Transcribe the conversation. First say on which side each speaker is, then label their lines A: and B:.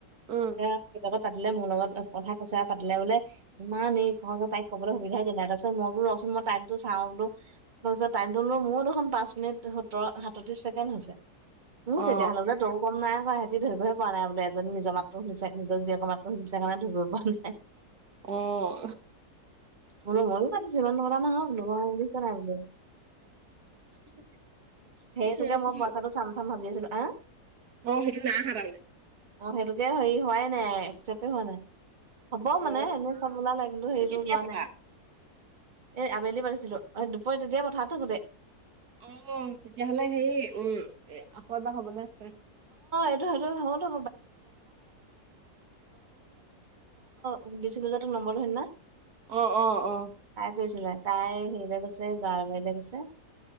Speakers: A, on the right (about 75°); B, on the right (about 30°).
A: উম
B: আ কিবা এটা পাতিলে মোৰ লগত অ কথা কচা পালে বোলে ইমান এই ক তাইক কবলৈ সুবিধাই দিয়া নাই তাৰপিছত মই বোলো মই টাইমতো চা বোলো তাৰপিত টাইটোলো মোৰো দেখোন পাঁচ মিনিট সোতৰ সাতত্ৰিশ ছেকেণ্ড হৈছে উম
A: অ
B: তেতিয়াহ'লে বোলে তও গম নাই হোৱা ধৰিবহে পৰা নাই বোলে এজনি নিজ মাতটো শুনিছে নিজৰ জীয়েকৰ মাত্ৰ শুনিছে কাৰণে ধৰিবৈ পৰা নাই
A: আহ
B: বোলো ময়ো পাতিছো ইমান নপতা নহয় বোলো মই দিছা নাই বোলো
A: <unintelligible>
B: সেইটোকে
A: এ সেইটো
B: মই পইখাটো চাম চাম ভাবি আছিলো হ
A: অ হৰি নাহা তামানে
B: অ সেইটোকে হেৰি হোৱাই নাই একচেপ্টে হোৱা নাই হ'ব
A: অ
B: মানে এনেই চব ওলালে কিন্তু
A: সেইটো
B: সেৰিটো
A: কেতিয়া
B: ওলোৱা
A: পতা
B: উই এ আবেলি পাতিছিলো অ দুপৰী তেতিয়া পথাত থাকো তে
A: অ তেতিয়াহলে হে উম আকৌ এবাৰ হবলৈ আছে
B: এছ জ্বনশো উ দিছিলো যে তোক নম্বৰটো সেইদিনা
A: অ অ অ
B: কৈছিলে তাই হেৰিলে গৈছে যাৰ বাৰীলৈ গৈছে